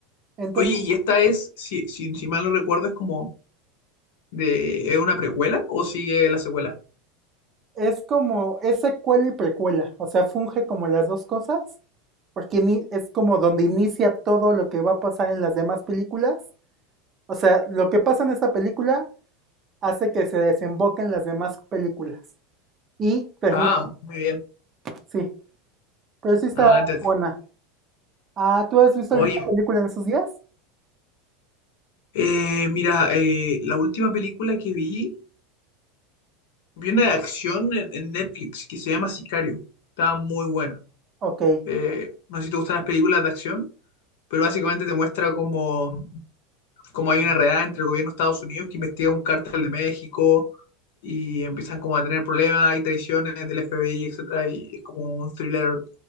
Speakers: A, on the right (about 25°); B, on the left (about 75°).
A: Entonces,
B: Oye, y esta es, si, si, si mal no recuerdo, es como de, ¿es una precuela o sigue la secuela?
A: es como, es secuela y precuela. O sea, funge como las dos cosas. Porque ini- es como donde inicia todo lo que va a pasar en las demás películas. O sea, lo que pasa en esta película hace que se desemboque en las demás películas. Y termina,
B: Ah, muy bien.
A: sí. Pero sí está
B: Ah, te-
A: buena. Ah, ¿tú has visto
B: Oye,
A: alguna película en esos días?
B: eh, mira, eh, la última película que vi, vi una de acción en, en Netflix que se llama Sicario. Estaba muy buena.
A: Ok.
B: Eh, no sé si te gustan las películas de acción, pero básicamente te muestra como como hay una redada entre el gobierno de Estados Unidos que investiga un cártel de México y empiezan como a tener problemas, hay traiciones del FBI, etcétera, y es como un thriller